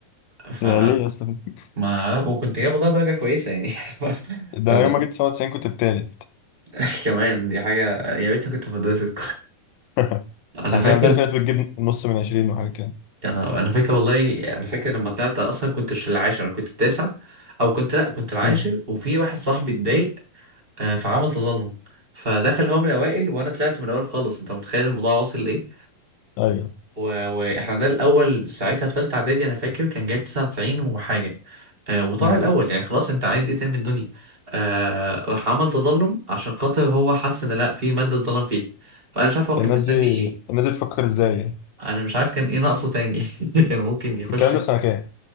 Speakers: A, on the right; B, on the left.
A: ف
B: ده ليه يا اسطى كده؟
A: ما وكنت جايب والله درجه كويسه يعني <laughs> ف...
B: ده
A: فما...
B: انا يوم ما جبت 97 كنت التالت
A: <laughs> كمان دي حاجه يا ريتني كنت في مدرسه
B: <laughs> احنا
A: <laughs> انا فاكر
B: كان عندنا في ناس بتجيب نص من عشرين وحاجة كده
A: انا انا فاكر والله انا فاكر لما طلعت اصلا كنتش العاشر انا كنت التاسع او كنت لا كنت العاشر
B: مم.
A: وفي واحد صاحبي اتضايق آه، فعمل تظلم فدخل هو من الاوائل وانا طلعت من الاول خالص انت متخيل الموضوع واصل لايه
B: ايوه
A: و... واحنا ده الاول ساعتها في ثالثه اعدادي انا فاكر كان جايب 99 وحاجه آه وطلع
B: مم.
A: الاول يعني خلاص انت عايز ايه تاني من الدنيا آه راح عمل تظلم عشان خاطر هو حس ان لا في ماده اتظلم فيها فانا مش عارف هو كان
B: الناس
A: مستني
B: دي
A: ايه
B: الناس دي بتفكر ازاي يعني
A: انا مش عارف كان ايه ناقصه تاني <laughs> كان ممكن يخش
B: الكلام ده في سنة كام؟